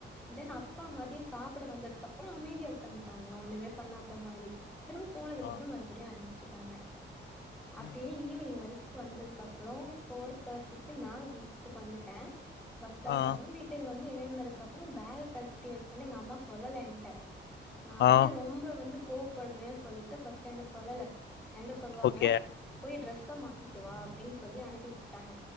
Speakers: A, in the centre; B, on the left (about 65°).
A: தென் அப்பா மதியோ சாப்புட வந்ததுக்கப்பறோ அமைதியா உக்காந்துட்டாங்களா ஒண்ணுமே பண்ணாத்த மாரி திரும்ப போனதுக்கப்றோ
B: ஆ
A: மறுபடியு ஆரம்பிச்சிருக்காங்க அப்டியே
B: ம்
A: ஈவினிங் வரைக் வந்ததுக்கப்றோ ஃபோர் தேட்டிக்கு நா வீட்டுக்கு வந்துட்டே பஸ்ல தா
B: ஆ
A: வருவே வீட் வீட்டுக்கு வந்து ஏறுனதுக்கப்றோ பேக கழட்டி வச்சொனே எங்க அம்மா சொல்லல ஏன்ட்ட நா வந்து
B: ஆ
A: ரொம்ப வந்து கோவப்படுவே சொல்லிட்டு ஃபர்ஸ்டு ஏன்ட சொல்லல ஏன்ட சொல்லுவாங்க
B: ஓகே
A: போய் டிரெஸ்ஸ மாத்திட்டு வா அப்டின் சொல்லி அனுப்பி விட்டாங்க